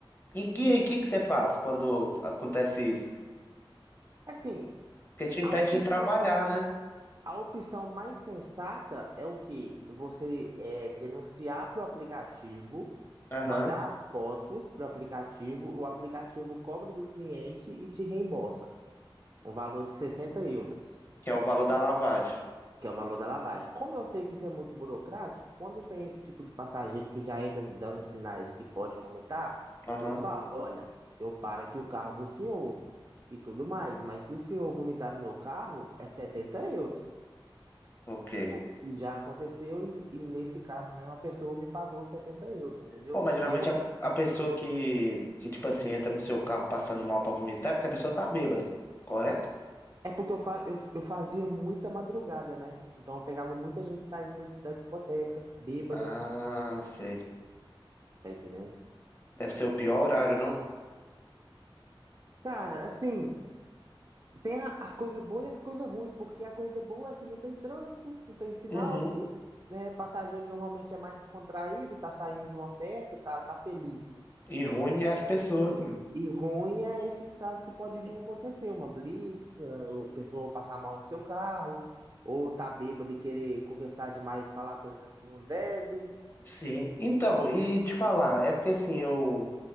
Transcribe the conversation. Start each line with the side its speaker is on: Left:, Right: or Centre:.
Left: E que aí, que que você faz quando acontece isso?
Right: Assim,
Left: Porque te impede
Right: A opção,
Left: de trabalhar,
Right: a,
Left: né?
Right: a opção mais sensata é o que Você é, denunciar para o aplicativo,
Left: Aham.
Right: mandar as fotos para o aplicativo, o aplicativo cobra do cliente e te reembolsa. Um valor de 60 euros,
Left: Que é o valor da lavagem.
Right: que é o valor da lavagem. Como eu sei que isso é muito burocrático, quando tem esse tipo de passageiro que já entra dando sinais que pode vomitar,
Left: Aham.
Right: eu falo: olha, eu paro aqui o carro para o senhor e tudo mais, mas se o senhor vomitar no meu carro, é 70 euros.
Left: Ok.
Right: E Ok. já aconteceu, e, e nesse caso mesmo, a pessoa me pagou 70 euros, entendeu?
Left: Pô,
Right: Do
Left: mas geralmente
Right: que eu...
Left: a, a pessoa que, que, tipo assim, entra no seu carro passando mal pra vomitar é porque a pessoa tá bêbada, correto?
Right: É porque eu, fa... eu, eu fazia muita madrugada, né? Então eu pegava muita gente saindo da discoteca, bêbada,
Left: Ah, sei.
Right: tá entendendo?
Left: Deve ser o pior horário, não?
Right: Cara, assim, tem a- as coisas boas e as coisas ruins, porque a coisa boa é que não tem trânsito, não tem sinal,
Left: Uhum.
Right: né? Passageiro normalmente é mais descontraído, tá saindo de uma festa, tá, tá feliz.
Left: E ruim é as pessoas, né?
Right: E ruim é esses casos que pode vir a acontecer, uma blitz, ah, o pessoa passar mal no seu carro, ou tá bêbado e querer conversar demais, falar coisa que não deve.
Left: Sim. Então, e te falar, é porque assim, eu